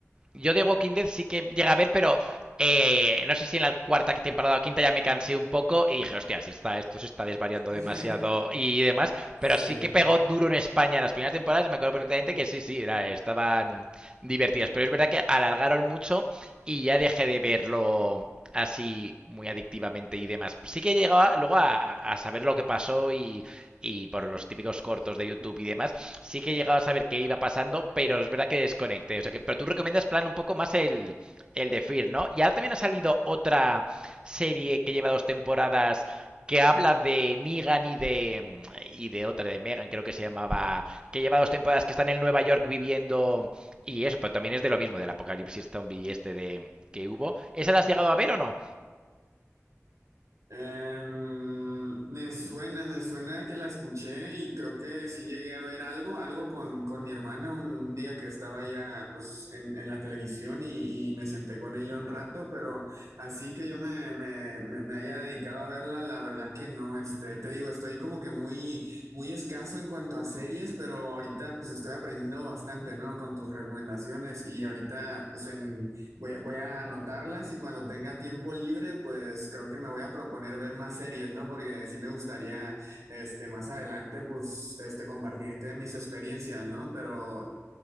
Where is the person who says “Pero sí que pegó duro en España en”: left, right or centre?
Right